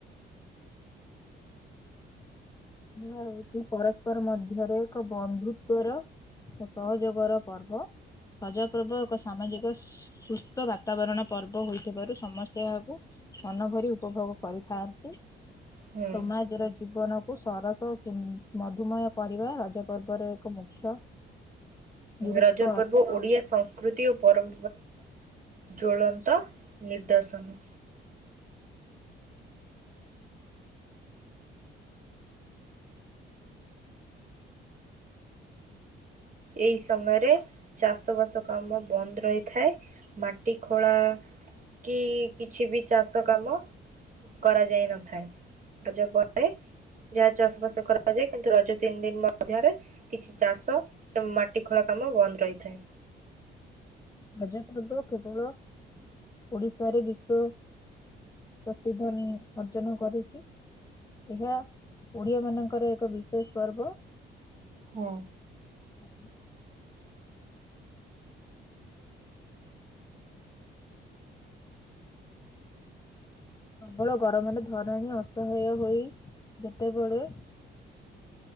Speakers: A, on the left; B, on the right.
A: ଇ ହଉଚି ପରସ୍ପର ମଧ୍ୟରେ ଏକ ବନ୍ଧୁତ୍ଵର ସହଯୋଗର ପର୍ବ। ରଜପର୍ବ ଏକ ସାମାଜିକ ସୁସ୍ଥ ବାତାବରଣ ପର୍ବ ହୋଇଥିବାରୁ, ସମସ୍ତେ ଏହାକୁ ମନ ଭରି ଉପଭୋଗ କରିଥାନ୍ତି।
B: ହୁଁ।
A: ସମାଜ ଜୀବନ ସର ମଧୁମୟ କରିବା, ରଜ ପର୍ବର ଏକ ମୁଖ୍ୟ ଗୁରୁତ୍ୱ
B: ରଜ ପର୍ବ
A: ଅଟେ
B: ଓଡ଼ିଆ ସ କୃତି ଓ ପରମ୍ ଜ୍ଵଳନ୍ତ ନିଦର୍ଶନ। ଏଇ ସମୟରେ ଚାଷ ବାସ କାମ ବନ୍ଦ୍ ରହିଥାଏ। ମାଟି ଖୋଳା, କି କିଛି ବି ଚାଷ କାମ। <unintelligible> ଯାହା ଚାଷ ବାସ କରାଯାଏ। କିନ୍ତୁ ରଜ ତିନ୍‌ ଦିନ୍‌ ମଧ୍ୟରେ କିଛି ଚାଷ ମାଟି ଖୋଳା କାମ ବନ୍ଦ୍ ରହିଥାଏ।
A: ରଜ ପର୍ବ କେବଳ ଓଡିଶାରେ ବିଶ୍ଵ ପ୍ରସିଦ୍ଧନି ଅଟେ ଅର୍ଜନ କରିଛି, ଏହା ଓଡିଆ ମାନଙ୍କର ଏକ ବିଶେଷ ପର୍ବ।
B: ହଁ।
A: <unintelligible> ପ୍ରବଳ ଗରମରେ ଧରଣୀ ଅସହାୟ ହୋଇ ଯେତେବେଳେ